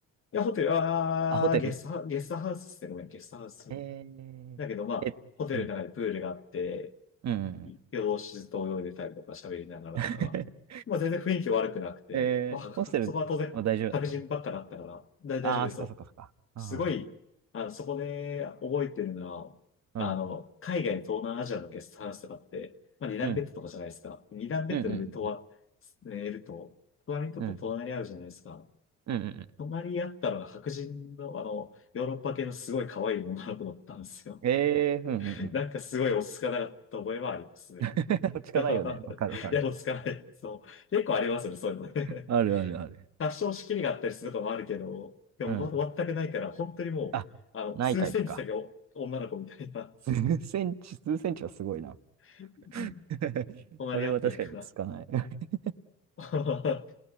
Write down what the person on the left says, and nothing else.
いや、ホテル、あーゲストハ、
ゲストハウスですね。ごめん、ゲストハウス。
だけどまあ、
ホテルの中でプールがあって、
夜通しずっと泳いでたりとか喋りながらとか、
まあ全然雰囲気悪くなくて、
まあ、
そこは当然白人ばっかだったから、大大丈夫ですよ。
すごい、あの、そこで覚えてるのは、
あの、海外の東南アジアのゲストハウスとかって、まあ二段ベッドとかじゃないですか。
二段ベッドの上とは、
寝ると、隣の人と隣り合うじゃないですか。
隣り合ったのが白人の、あの、ヨーロッパ系のすごい可愛い女の子だったんですよ。
<laughs>
なんかすごい落ち着かなかった覚えはありますね。
<laughs>
いや、落ち着かない。そう。結構ありますよね、そういうのね。
<laughs> 多少仕切りがあったりすることもあるけど、でもま全くないから、
本当にもう、
あの、
数センチ先お女の子みたいな、
うん
隣り合ってるから、
<laughs> まあ、